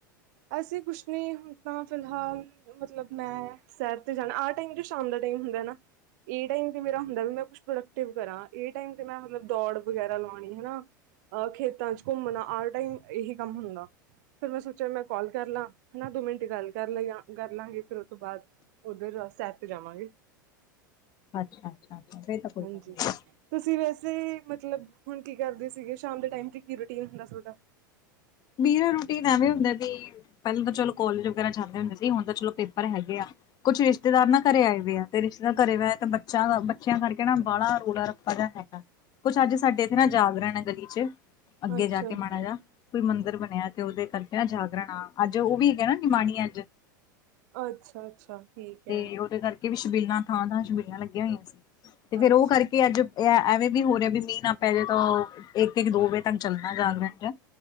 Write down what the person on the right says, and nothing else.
ਅਸੀ ਕੁਛ ਨੀ ਤਾ ਫਿਲਹਾਲ ਮਤਲਬ ਮੈਂ ਸੈਰ ਤੇ ਜਾਣਾ ਆਹ ਟਾਈਮ ਜੋ ਸ਼ਾਮ ਦਾ ਟਾਈਮ ਹੁੰਦਾ ਨਾ ਇਹ ਟਾਇਮ ਤੇ ਮੇਰਾ ਹੁੰਦਾ ਮੈਂ ਕੁ ਪ੍ਰੋਕਟਿਵ ਕਰਾਂ ਇਹ ਟਾਇਮ ਤੇ ਮੈਂ ਮਤਲਬ ਦੌੜ ਵਗੈਰਾ ਲਾਉਣੀ ਹਨਾ। ਅਹ ਖੇਤਾਂ 'ਚ ਘੁੰਮਣਾ ਆਰ ਟਾਈਮ ਇਹੀ ਕੰਮ ਹੁੰਦਾ ਫਿਰ ਮੈਂ ਸੋਚਿਆ ਮੈਂ ਕਾਲ ਕਰ ਲਾਂ ਹਨਾ ਦੋ ਮਿੰਟ ਗੱਲ ਕਰ ਲ ਕਰ ਲਾਂਗੇ ਫਿਰ ਉਹ ਤੋਂ ਬਾਅਦ ਉਧਰ ਸੈਰ ਤੇ ਜਾਵਾਂਗੇ।
ਹਾਂਜੀ
ਤੁਸੀਂ ਵੈਸੇ ਮਤਲਬ ਹੁਣ ਕੀ ਕਰਦੇ ਸੀਗੇ। ਸ਼ਾਮ ਦੇ ਟਾਈਮ ਤੇ ਕੀ ਰੂਟੀਨ ਹੁੰਦਾ ਤੁਹਾਡਾ।
ਅੱਛਾ
ਅੱਛਾ ਅੱਛਾ ਅੱਛਾ ਠੀਕ ਹੈ
ਅੱਛਾ